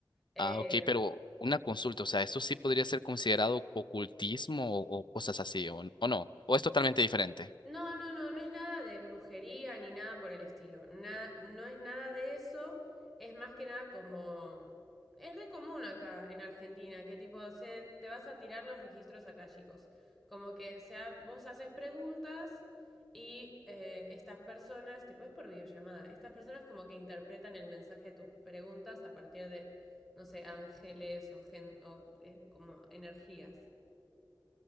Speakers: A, in the centre; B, on the left.
A: Eh,
B: Ah, ok, pero una consulta, o sea, ¿esto sí podría ser considerado ocultismo o, o cosas así, o, o no? ¿O es totalmente diferente?
A: No, no, no, no es nada de brujería ni nada por el estilo. Na- no es nada de eso. Es más que nada como... Es re común acá en Argentina, que tipo, se, te vas a tirar los registros chicos? Como que sea, vos haces preguntas y eh, estas personas, tipo es por videollamada, estas personas como que interpretan el mensaje de tus preguntas a partir de, no sé, ángeles o, gen, o eh, como energías.